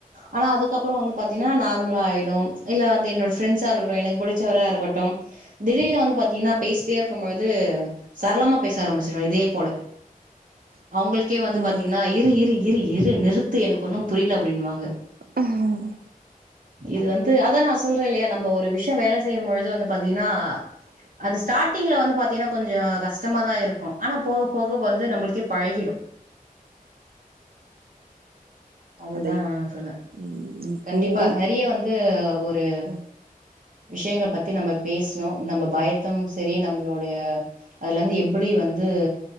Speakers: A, on the right; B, on the right.
A: ஆனா அதுக்கப்றோ வந்து பாத்தீங்கன்னா நார்மலா ஆயிடு இல்ல வந்து என்னோட ஃப்ரெண்ட்ஸா இருக்கட்டு எனக்கு பிடிச்சவரா இருக்கட்டு திடீர்னு வந்து பாத்தீங்கன்னா பேசிட்டே இருக்கும்போது சரளமா பேச ஆரம்பிச்சிடுவ இதே போல அவங்களுக்கே வந்து
B: ம்
A: பாத்தீங்கன்னா இரு இரு இரு இரு நிறுத்து எனக்கு ஒன்னு புரில அப்டின்னுவாங்க
B: அஹ்
A: இது வந்து அதா நா சொல் ற இல்லையா நம்ப ஒரு விஷயோ வேல செய்யு போது வந்து பாத்தீங்கன்னா அது ஸ்டாடிங்ல வந்து பாத்தீங்கனா கொஞ்சோ கஷ்டமாதா இருக்கு ஆனா போக போக வந்து நம்பளுக்கே பழகிடு அதுதா
B: அத இப்
A: சொல்வ
B: ம் இப்போ
A: கண்டிப்பா
B: உங்க
A: நறய வந்து ஒரு
B: ம்
A: விஷயங்க பத்தி நம்ம பேசணு நம்ப பயத்தும் சரி நம்பளோடைய அதுல ருந்து எப்டி வந்து